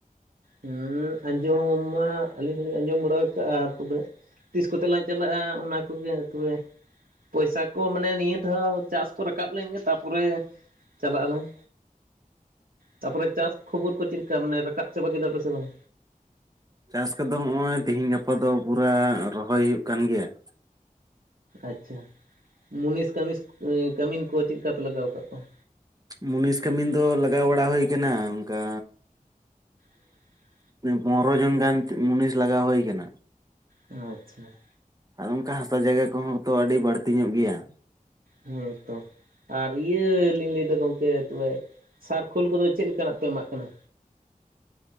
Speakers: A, on the right (about 85°); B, on the right (about 25°).
A: ᱦᱮᱸ ᱟᱸᱡᱚᱢ ᱢᱟ ᱟᱹᱞᱤᱧ ᱦᱚᱞᱤᱧ ᱟᱸᱡᱚᱢ ᱵᱟᱲᱟ ᱟᱠᱟ ᱟᱜᱼᱟ ᱛᱚᱵᱮᱼᱼ ᱛᱤᱥ ᱠᱚᱛᱮ ᱞᱟᱝ ᱪᱟᱞᱟᱜᱼᱟ ᱚᱱᱟ ᱠᱚᱜᱮ ᱛᱚᱵᱮᱼᱼ ᱯᱚᱭᱥᱟ ᱠᱚ ᱢᱟᱱᱮ ᱱᱤᱭᱟᱹ ᱫᱷᱟᱣ ᱪᱟᱥ ᱠᱚ ᱨᱟᱠᱟᱵ ᱞᱮᱱ ᱜᱮ ᱛᱟᱯᱚᱨᱮᱼᱼ ᱪᱟᱞᱟᱜ ᱟᱞᱟᱝ ᱛᱟᱯᱚᱨᱮ ᱪᱟᱥ ᱠᱷᱚᱵᱚᱨ ᱠᱚ ᱪᱮᱫᱞᱮᱠᱟ ᱢᱟᱱᱮ ᱨᱟᱠᱟᱵ? ᱪᱟᱵᱟ ᱠᱮᱫᱟ ᱯᱮᱥᱮ ᱵᱟᱝ?
B: ᱪᱟᱥ ᱠᱚᱫᱚ ᱱᱚᱜᱼᱚᱭ ᱛᱮᱦᱮᱧ ᱜᱟᱯᱟ ᱫᱚ ᱯᱩᱨᱟᱹ ᱨᱚᱦᱚᱭ ᱦᱩᱭᱩᱜ ᱠᱟᱱ ᱜᱮᱭᱟ ᱾
A: ᱟᱪᱪᱷᱟ ᱢᱩᱱᱤᱥ ᱠᱟᱹᱢᱤᱥ ᱠᱟᱹᱢᱤᱱ ᱠᱚ ᱪᱮᱫᱠᱟ ᱯᱮ ᱞᱟᱜᱟᱣ ᱟᱠᱟᱫ ᱠᱚᱣᱟ?
B: ᱢᱩᱱᱤᱥ ᱠᱟᱹᱢᱤᱱ ᱫᱚ ᱞᱟᱜᱟᱣ ᱵᱟᱲᱟ ᱦᱩᱭ ᱠᱟᱱᱟ ᱚᱱᱠᱟᱼᱼ
A: <unintelligible>
B: ᱯᱚᱱᱨᱚ ᱡᱚᱱ ᱜᱟᱱ ᱢᱩᱱᱤᱥ ᱞᱟᱜᱟᱣ ᱦᱩᱭ ᱠᱟᱱᱟ ᱾
A: ᱟᱪᱪᱷᱟ᱾
B: ᱟᱨ ᱚᱱᱠᱟ ᱦᱟᱥᱟ ᱡᱟᱭᱜᱟ ᱠᱚᱦᱚᱸ ᱛᱚ ᱟᱹᱰᱤ ᱵᱟᱹᱲᱛᱤ ᱧᱚᱜ ᱜᱮᱭᱟ ᱾
A: ᱦᱮᱸ ᱛᱚ ᱟᱨ ᱤᱭᱟᱹ ᱞᱤᱧ ᱞᱟᱹᱭᱫᱟ ᱜᱚᱢᱠᱮ ᱛᱚᱵᱮᱼᱼ ᱥᱟᱨ ᱠᱷᱳᱞ ᱠᱚᱫᱚ ᱪᱮᱫ ᱞᱮᱠᱟᱱᱟᱜ ᱯᱮ ᱮᱢᱟᱜ ᱠᱟᱱᱟ?